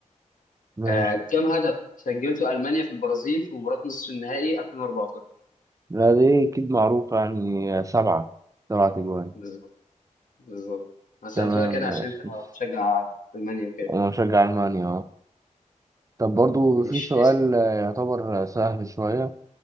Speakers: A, on the right (about 25°); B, on the left (about 80°).
A: ماشي
B: آه كم هدف سجلته المانيا في البرازيل في مباراه نصف النهائي 2014
A: لا دي أكيد معروفة يعني سبعة سبعة أجوان
B: بالظبط بالظبط انا سالته
A: تمام
B: لك انا
A: ماشي
B: عشان انت بتشجع المانيا وكده
A: أنا مشجع ألمانيا أه طب برضو
B: ماشي
A: في سؤال
B: اسال
A: آه، يعتبر آه، سهل شوية